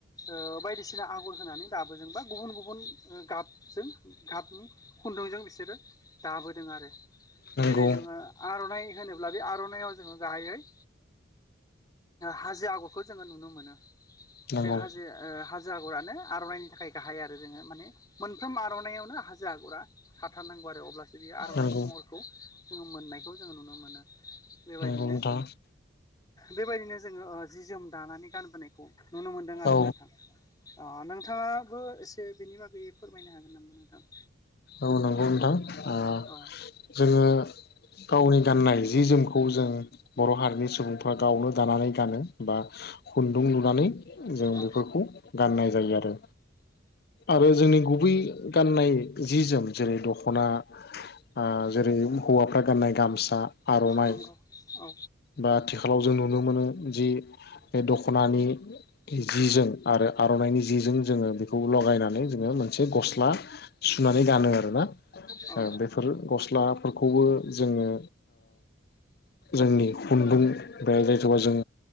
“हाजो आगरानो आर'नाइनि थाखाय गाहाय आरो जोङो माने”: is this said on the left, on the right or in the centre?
Left